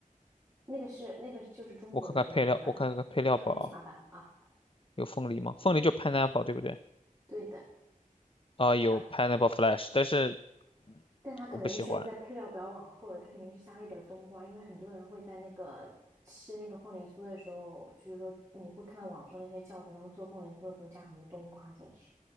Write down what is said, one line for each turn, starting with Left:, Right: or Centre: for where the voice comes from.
Right: 那个是那个就是中国人的版本，
Left: 我看看配料，我看看配料表啊
Right: <laughs> 纯假版啊。
Left: 有凤梨吗？凤梨就 pineapple 对不对？
Right: 对的。
Left: 啊、有
Right: 啊。
Left: pineapple flash，但是
Right: 但它肯定是不是在配料表往后了？
Left: 我不喜欢。
Right: 它肯定是加了一点儿冬瓜，因为很多人会在那个吃那个凤梨酥的时候，就是说你会看到网上那些教程，他们做凤梨酥的时候加很多冬瓜进去。